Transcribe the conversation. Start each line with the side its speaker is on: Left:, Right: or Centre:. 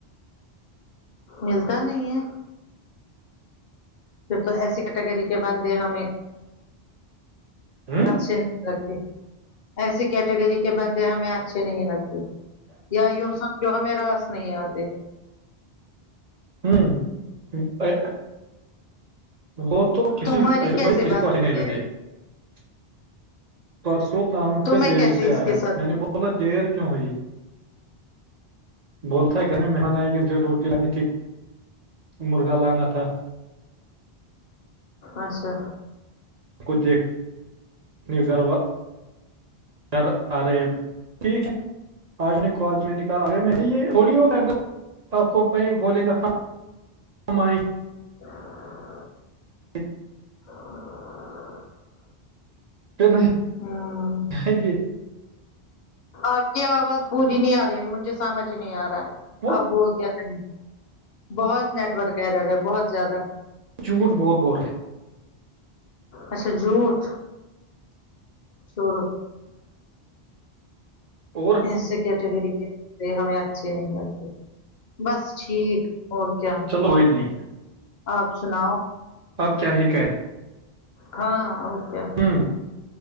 Left: ملتا نہیں ہے پھر تو ایسی کیٹیگری کے بندھے ہمیں
Right: ہ
Left: اچھے لگ ایسی کیٹیگری کے بندے ہمیں اچھے نہیں لگتے یا یوں سمجھو ہمیں راس نہیں آتے
Right: ہوں ا وہ تو کسی
Left: تمہاری
Right: ایسے
Left: کیسے
Right: بھائی کسی
Left: بنتی
Right: کو آسی نہیں لتے
Left: ہے
Right: <unintelligible> پرسوں کام
Left: تمہیں
Right: پہ دیر
Left: کیسے
Right: سے
Left: اس
Right: آیا
Left: کے ساتھ
Right: میں نے بہت بولا دیر کیوں ہوئی بولتا گھر میں مہان آئیں گے روٹی لانی تٹیک مرغا لانا تھا
Left: اچھا
Right: کھے گھر و گھر آ رہے ہیں ٹھیک ہے <unintelligible> آج کالج میں نے کہا ارے یہ تھوڑی آپ کو بولے گ <unintelligible> س <unintelligible>
Left: <inaudible>
Right: ٹھیک <unintelligible>
Left: <inaudible> <inaudible>
Right: گڈ نائٹ
Left: ہوں
Right: تھینک یو <unintelligible>
Left: آپ کی آواز پوری نہیں آ رہی ہے مجھے سمجھ نہیں آ رہا ہے
Right: وہ
Left: آپ بول کے رہ بہت نیٹ ورک کہ رہا ہے بہت زیادہ
Right: جھوٹ بہت بول رہے ہیں
Left: اچھا جوٹ چٹو
Right: ہیں اور
Left: ایسے کیٹیگری کے ہمیں اچھے نہیں لگتے بس ٹھیک اور کیا
Right: چلو کوئی نہیں
Left: آپ سناؤ
Right: اب کیا ہی کریں
Left: ہاں ا کیا
Right: ہوں